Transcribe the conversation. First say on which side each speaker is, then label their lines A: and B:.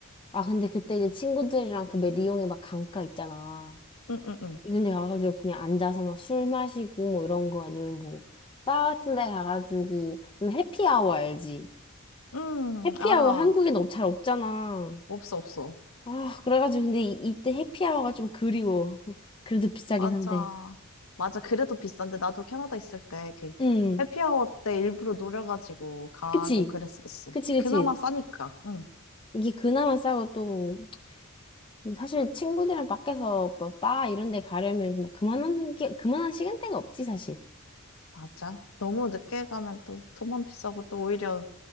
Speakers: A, on the left; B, on the left.
A: 아, 근데 그때 이제 친구들이랑 그 왜 리옹에 막 강가 있잖아.
B: 응, 응, 응.
A: 이런 데 가가지고 그냥 앉아서 막 술 마시고 뭐 이런 거 아니면 뭐, 바 같은 데 가가지고, 해피아워 알지?
B: 응,
A: 해피아워
B: 알아.
A: 한국엔 없- 잘 없잖아.
B: 없어, 없어.
A: 아, 그래가지고 근데 이, 이때 해피아워가 좀 그리워. 그래도 비싸긴
B: 맞아.
A: 한데.
B: 맞아. 그래도 비싼데, 나도 캐나다 있을 때, 그,
A: 응,
B: 해피아워 때 일부러 노려가지고 가고
A: 그치.
B: 그랬었어.
A: 그치, 그치.
B: 그나마 싸니까. 응,
A: 이게 그나마 싸고 또, 뭐 사실 친구들이랑 밖에서 뭐, 바 이런 데 가려면 뭐, 그만한 게, 그만한 시간대가 없지, 사실.
B: 맞아. 너무 늦게 가면 또 돈만 비싸고 또 오히려